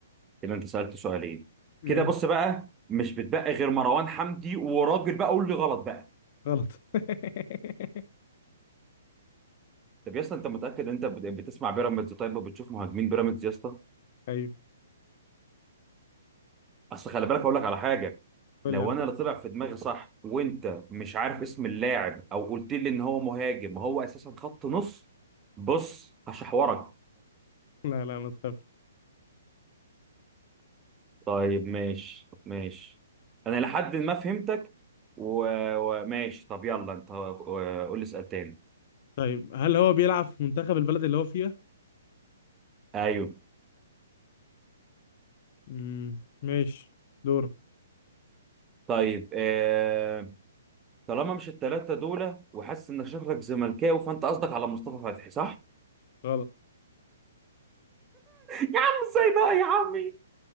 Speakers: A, on the right; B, on the left.
A: كده انت سالت سؤالين
B: ماشي
A: كده بص بقى مش بتبقى غير مروان حمدي وراجل بقى قول لي غلط بقى
B: غلط <laughs>
A: طب يا اسطى انت متاكد انت بت- يعني بتسمع بيراميدز طيب وبتشوف مهاجمين بيراميدز يا اسطى
B: ايوه
A: اصل خلي بالك اقول لك على حاجه
B: قول
A: لو
B: لي على
A: انا
B: حاجة.
A: اللي طلع في دماغي صح وانت مش عارف اسم اللاعب او قلت لي ان هو مهاجم وهو اساسا خط نص بص هشحورك
B: لا لا ما تخافش
A: طيب ماشي ماشي انا لحد ما فهمتك وماشي و... وماشي. طب يلا انت آه، قول لي سؤال تاني
B: طيب هل هو بيلعب في منتخب البلد اللي هو فيها
A: ايوه
B: امم ماشي دورك
A: طيب آه... طالما مش التلاتة دول وحاسس ان شكلك زملكاوي فانت قصدك على مصطفى فتحي صح
B: غلط
A: يا عم ازاي بقى يا عمي